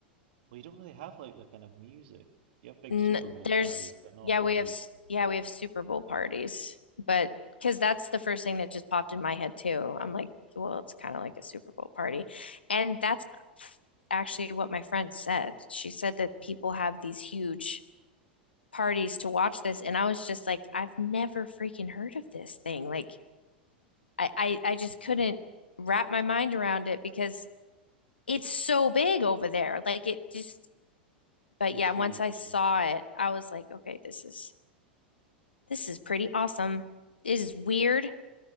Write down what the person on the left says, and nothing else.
N
there's
yeah,
we have s- yeah, we have Super Bowl parties, but because that's the first thing that just popped in my head too. I'm like, well, it's kind of like a Super Bowl party, and that's actually what my friend said. She said that people have these huge parties to watch this, and I was just like, I've never freaking heard of this thing. Like, I, I I just couldn't wrap my mind around it because it's so big over there. Like it just, but
yeah,
once I saw
it, I was like, okay, this is this is pretty awesome. It is weird